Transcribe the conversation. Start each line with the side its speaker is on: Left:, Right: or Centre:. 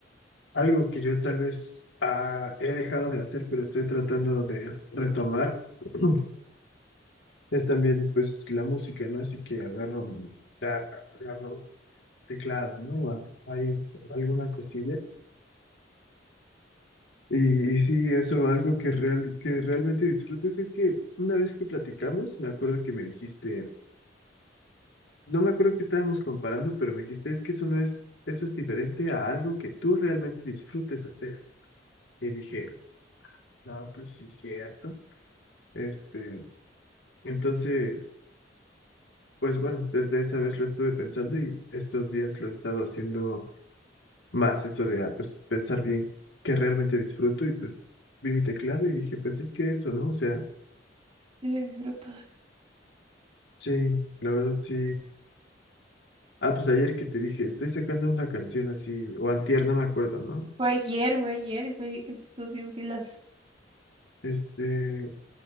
Left: algo que yo tal vez ah, he dejado de hacer, pero estoy tratando de retomar. <clears throat> Es también pues la música, ¿no? Así que agarro mi guitarra, agarro teclado, ¿no? Hay alguna cosilla. Y, y sí, eso, algo que, real, que realmente disfrutes es que una vez que platicamos, me acuerdo que me dijiste, no me acuerdo que estábamos comparando, pero me dijiste, es que eso no es, eso es diferente a algo que tú realmente disfrutes hacer. Y dije, no, pues sí, cierto. Este, entonces, pues bueno, desde esa vez lo estuve pensando y estos días lo he estado haciendo más, eso de ah, pues, pensar bien qué realmente disfruto y pues vi mi teclado y dije, pues es que eso, ¿no? O sea...
Right: y lo disfrutas.
Left: Sí, la verdad sí. Ah, pues ayer que te dije, estoy sacando una canción así, o antier, no me acuerdo, ¿no?
Right: Fue ayer, fue ayer y fue, y sos bien pilas.
Left: Este,